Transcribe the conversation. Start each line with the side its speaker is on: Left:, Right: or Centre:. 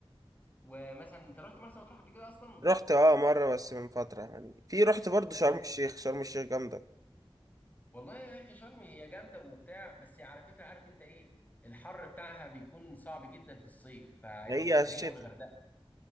Left: ومثلا انت رحت مرسى مطروح قبل كده اصلا
Right: رحت اه مرة بس من فترة يعني في رحت برضو شرم
Left: طب
Right: الشيخ شرم الشيخ جامدة
Left: والله يا اخي شرم هي جامده وبتاع بس على فكره عارف انت ايه الحر بتاعها بيكون صعب جدا في الصيف ف...
Right: هي الشتاء
Left: وهي والغردقه